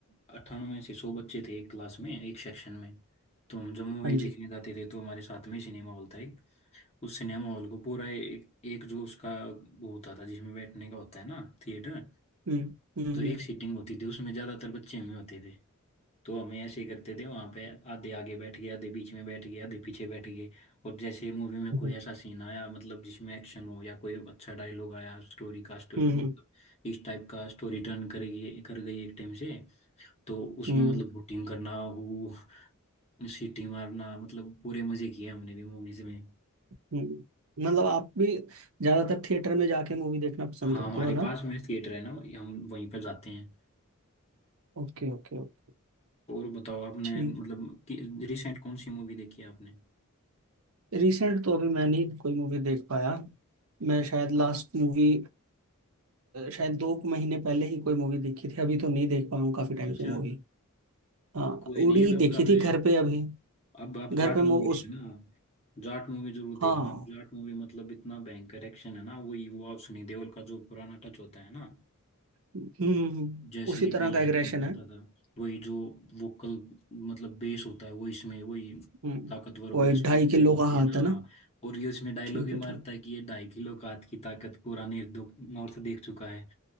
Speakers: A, on the left; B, on the right.
A: अट्ठानवे से सौ बच्चे थे एक क्लास में एक सेक्शन में तो हम जब मूवी
B: हाँ
A: देखने
B: जी
A: जाते थे तो हमारे साथ में ही सिनेमा हॉल था एक उस सिनेमा हॉल को पूरा एक, एक जो उसका वो होता था जिसमें बैठने का होता है ना थिएटर
B: हम्म हम्म
A: तो एक सीटिंग होती थी उसमें ज़्यादातर बच्चे हमें होते थे तो हमें ऐसे करते थे वहाँ पे आधे आगे बैठ गए आधे बीच में बैठ गए आधे पीछे बैठ गए और जैसे मूवी में कोई
B: हम्म
A: ऐसा सीन आया मतलब जिसमें एक्शन हो या कोई अच्छा डायलॉग आया स्टोरी का स्टो-
B: हम्म
A: मतलब
B: हम्म
A: इस टाइप का स्टोरी टर्न कर गई कर गई एक टाइम से तो उसमें
B: हम्म,
A: मतलब बोटिंग करना वो सीटी मारना मतलब पूरे मजे किए हमने भी मूवीज में
B: हम्म। मतलब आप भी ज्यादातर थिएटर में जाके मूवी देखना पसंद
A: हाँ
B: करते
A: हमारे
B: हो ना
A: पास में थिएटर है ना भाई, हम वहीं पर जाते हैं
B: ओके ओके ओके
A: और बताओ आपने
B: ठीक
A: मतलब कि रिसेंट कौन सी मूवी देखी है आपने
B: रिसेंट तो अभी मैं नहीं कोई मूवी देख पाया मैं शायद लास्ट मूवी शायद दो महीने पहले ही कोई मूवी देखी थी अभी तो नहीं देख पाया हूँ काफी टाइम
A: अच्छा
B: से मूवी हाँ
A: कोई नहीं
B: उड़ी
A: अब
B: देखी
A: अब
B: थी घर पे अभी
A: अब आप
B: घर
A: जाट
B: पे मु-
A: मूवी देखना
B: उस
A: जाट मूवी जरूर
B: हाँ
A: देखना जाट मूवी मतलब इतना भयंकर एक्शन है ना वही वो आप सनी देओल का जो पुराना टच होता है ना
B: हम्म हम्म, हम्म,
A: जैसे
B: उसी
A: कि पहले
B: तरह का एग्रेशन
A: एक्शन करता
B: है
A: था वही जो वोकल मतलब बेस होता है वो इसमें वही
B: हम्म
A: ताकतवर वो
B: वही
A: इस
B: ढाई
A: फील
B: किलो
A: होती
B: का
A: है
B: हाथ
A: ना
B: है
A: हाँ
B: ना
A: और ये इसमें डायलॉग
B: ठीक
A: ही मारता
B: है ठीक
A: है कि ये ढाई किलो का हाथ की ताकत पूरा नॉर्थ देख चुका है